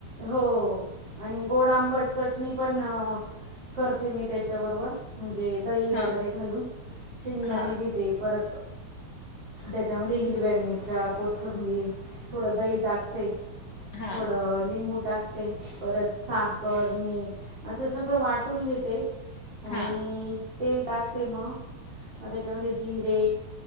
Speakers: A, on the right; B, on the left.
A: हो. आणि गोड, आंबट चटणी पण अं, करते मी त्याच्याबरोबर म्हणजे दही वगैरे
B: हां,
A: घालून. शेंगदाणे
B: हां,
A: घेते परत त्याच्यामध्ये हिरव्या मिरच्या, कोथंबीर थोडं दही टाकते.
B: हां,
A: थोडं लिंबू टाकते, परत साखर,
B: हां,
A: मीठ असं सगळं वाटून घेते, आणि
B: हां,
A: तेल टाकते म, म त्याच्यामध्ये जिरे